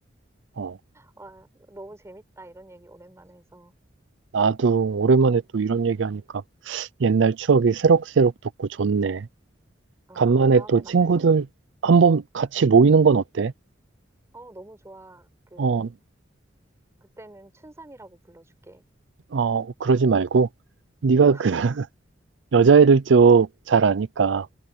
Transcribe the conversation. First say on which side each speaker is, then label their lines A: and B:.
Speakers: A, on the right; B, on the right.
A: 어,
B: 와, 너무 재밌다. 이런 얘기 오랜만에 해서.
A: 나도 오랜만에 또 이런 얘기하니까 옛날 추억이
B: 응.
A: 새록새록 돋고 좋네.
B: 어,
A: 간만에
B: 다음에
A: 또
B: 만날,
A: 친구들 한번 같이
B: 응.
A: 모이는 건 어때?
B: 어, 너무 좋아. 그,
A: 어,
B: 그때는 춘삼이라고 불러줄게.
A: 어, 그러지 말고 네가
B: <laughs>
A: 그 <laughs> 여자애들 쪽 잘 아니까